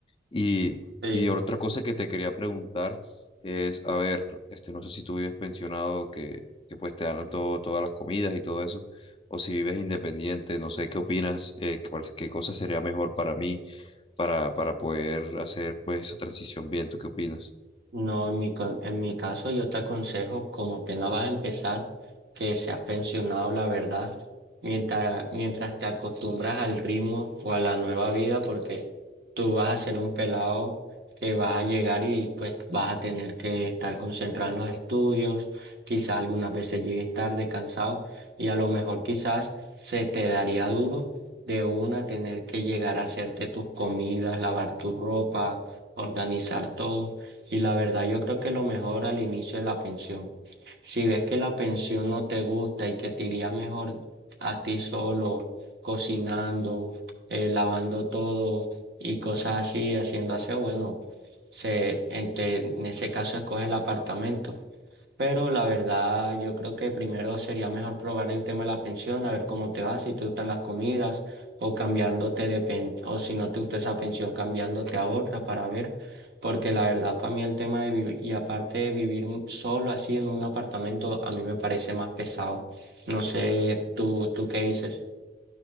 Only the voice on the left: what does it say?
Y,
y otra cosa que te quería preguntar es, a ver, este, no sé si tú vives pensionado, que, que pues te dan todo, todas las comidas y todo eso, o si vives independiente, no sé qué opinas, eh, cuál- qué cosa sería mejor para mí para, para poder hacer pues esa transición bien, ¿tú qué opinas?